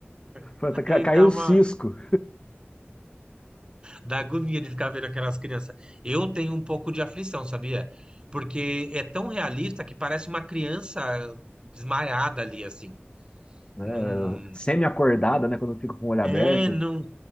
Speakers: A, on the right; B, on the left.
A: <laughs>
B: Foi até que
A: Aí
B: Caiu
A: dá
B: um
A: uma...
B: cisco,
A: Dá agonia de ficar vendo aquelas crianças. Eu tenho um pouco de aflição, sabia? Porque é tão realista que parece uma criança desmaiada ali, assim.
B: né?
A: Não...
B: Semi-acordada, né? Quando fica com o olho aberto.
A: É, não...